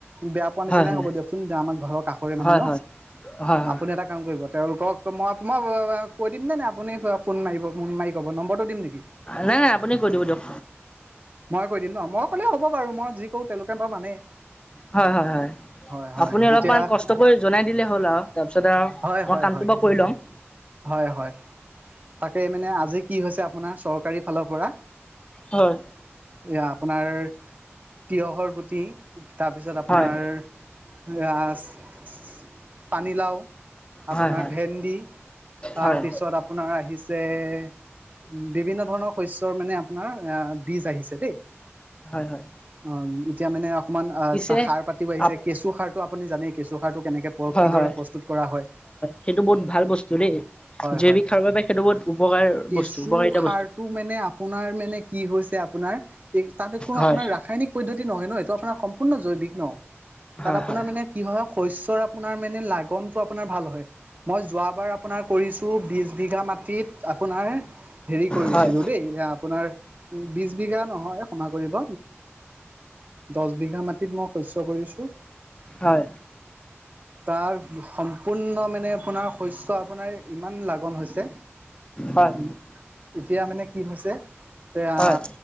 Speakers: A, on the right (about 40°); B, on the left (about 20°).
A: বেয়া পোৱা নিচিনাই
B: হয় হয়
A: হ'ব দিয়কচোন যাৰ আমাৰ ঘৰ কাষৰে মানুহ
B: হয়
A: ন'।
B: হয় হয় হয়
A: আপুনি এটা কাম কৰিব তেওঁলোকক মই -মই <unintelligible> কৈ দিম নে নাই আপুনি ফোন মাৰিব ফোন মাৰি কব? অ, নম্বৰটো দিম নেকি?
B: নাই-নাই আপুনি কৈ দিব দিয়ক
A: মই কৈ দিম ন' মই ক'লে হ'ব বাৰু মই যি কৰোঁ তেওঁলোকে বাৰু মানেই।
B: হয়, হয়, হয়।
A: হয় হয়
B: আপুনি অলপমান
A: এতিয়া
B: কষ্ট কৰি জনাই দিলে হ'ল আৰু তাৰপিছতে আৰু
A: হয়
B: মই
A: হয়
B: কামটো
A: হয়
B: বাৰু কৰি লম।
A: হয়, হয়, তাকে মানে আজি কি হৈছে আপোনাৰ চৰকাৰী ফালৰ পৰা।
B: হয়।
A: এয়া আপোনাৰ তিয়হৰ গুটি তাৰপিছত আপোনাৰ
B: হয়
A: <unintelligible> পানীলাও আপোনাৰ
B: হয় হয়
A: ভেন্দি তাৰ
B: হয়
A: পিছত আপোনাৰ আহিছে উম, বিভিন্ন ধৰ <unintelligible> শস্যৰ মানে আপোনাৰ আ বীজ আহিছে দেই
B: হয় হয়
A: অ, এতিয়া মানে অমান আ
B: পিছে
A: সাৰ পাতিও আহিছে
B: আপ
A: কেঁচু সাৰটো আপুনি জানেই কেঁচু সাৰটো কেনেকে প্ৰ
B: হয়
A: কিদৰে
B: হয়
A: প্ৰস্তুত কৰা হয়।
B: সেইটো বহুত ভাল বস্তু দেই।
A: হয়-হয়
B: জৈৱিক সাৰৰ বাবে সেইটো বহুত উপকাৰ
A: কেঁচু
B: বস্তু উপকাৰিতা
A: সাৰটো
B: বস্তু
A: মানে আপোনাৰ মানে কি হৈছে আপোনাৰ এই তাত কোনো
B: হয়
A: আপোনাৰ ৰাসায়নিক পদ্ধতি নহয় ন' এইটো আপোনাৰ সম্পূৰ্ণ জৈৱিক ন'। তাত
B: হয়
A: আপোনাৰ
B: হয়
A: মানে কি হয় শস্যৰ আপোনাৰ মানে লাগনটো আপোনাৰ ভাল হয়। মই যোৱাবাৰ আপোনাৰ কৰিছোঁ বিছ বিঘা মাটিত আপোনাৰ হেৰি কৰিছিলো
B: হয়
A: দেই আপোনাৰ বিছ বিঘা নহয় ক্ষমা কৰিব দছ বিঘা মাটিত মই শস্য কৰিছো।
B: হয়।
A: তাৰ সম্পূৰ্ণ মানে আপোনাৰ শস্য আপোনাৰ ইমান লাগন হৈছে
B: হয়
A: উম এতিয়া মানে কি হৈছে এয়া
B: হয়